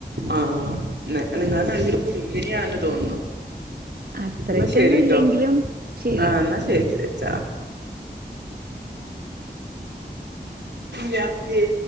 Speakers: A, on the right; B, on the right.
A: ആഹ് നിങ്ങൾ നല്ലൊരു കുടുംബിനിയാണെന്ന് തോന്നുന്നു
B: അത്രക്കൊന്നും
A: എന്നാ ശരിട്ടോ
B: ഇല്ലെങ്കിലും ശരി
A: ആഹ് എന്നാ ശരി വെച്ചാ ഞാത്തിയേ